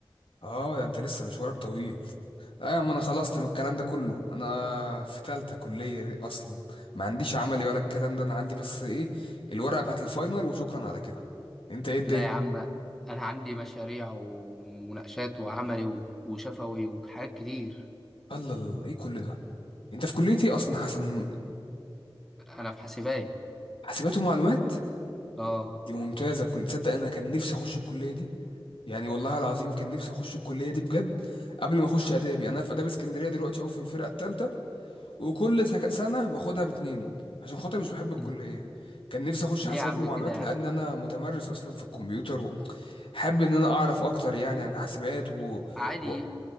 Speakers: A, on the left (about 75°); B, in the centre.
A: اه ده انت لسه مشوارك طويل اه يا عم انا خلصت من الكلام ده كله انا في تالتة كلية اصلا ما عنديش عملي ولا الكلام ده انا عندي بس ايه الورقة بتاعت الفاينل وشكرا على كده انت ايه الدنيا
B: لا يا عم انا عندي مشاريع ومناقشات وعملي و... وشفوي وحاجات كتير
A: الله الله، ايه كل ده انت في كلية ايه اصلا حسن
B: انا في حاسبات
A: حاسبات ومعلومات
B: اه
A: دي ممتازة كل تصدق انا كان نفسي اخش الكلية دي يعني والله العظيم كان نفسي اخش الكلية دي بجد قبل ما اخش ادابي انا في اداب اسكندرية دلوقتي اهو في الفرقة التالتة وكل سك- سنة باخدها باتنين عشان خاطر مش بحب الكلية
B: <laughs>
A: كان نفسي اخش
B: ليه
A: حاسبات
B: يا عم
A: ومعلومات
B: كده يا عم
A: لان انا متمرس اصلا في الكمبيوتر وحابب ان انا اعرف اكتر يعني عن حاسبات و...
B: عادي
A: و...